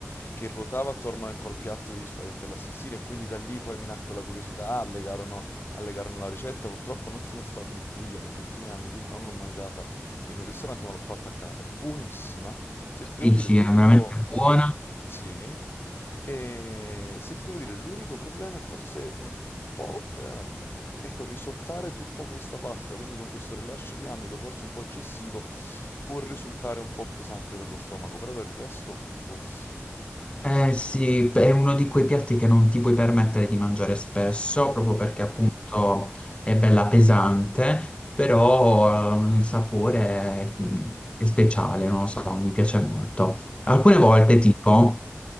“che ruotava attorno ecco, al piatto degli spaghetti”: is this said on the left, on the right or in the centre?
Left